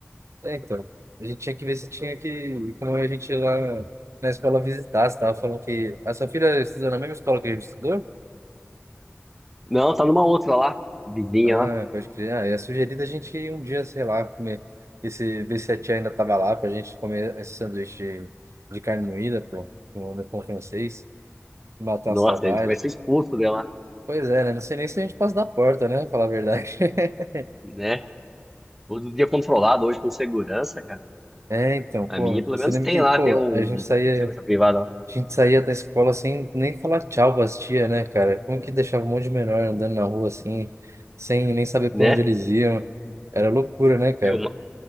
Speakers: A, on the right; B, in the centre.
A: É, Então, a gente tinha que ver se tinha que, como a gente ia lá na escola visitar, você tava falando que a sua filha estudou na mesma escola que a gente estudou?
B: Não, tá numa outra lá, vizinha
A: Ah,
B: lá.
A: pode crer. Ah, é sugerido a gente ir um dia, sei lá, comer, esse, ver se a tia ainda tava lá pra gente comer esse sanduíche de, de carne moída, pô, no no pão francês, matar
B: Nossa,
A: a saudade.
B: a gente vai ser expulso dela,
A: Pois é, né? Não sei nem se a gente passa da porta, né? Falar a verdade. <laughs>
B: né? Todo dia controlado hoje com segurança, cara.
A: É, então,
B: A
A: pô,
B: minha, pelo
A: você
B: menos,
A: lembra
B: tem
A: que,
B: lá,
A: pô,
B: tem um
A: a gente saía.
B: segurança privada, lá,
A: A gente saía da escola sem nem falar tchau pras tia, né, cara? Como que deixava um monte de menor andando na rua assim, sem nem saber
B: né?
A: pra onde eles iam? Era loucura, né, cara?
B: Meu, ma-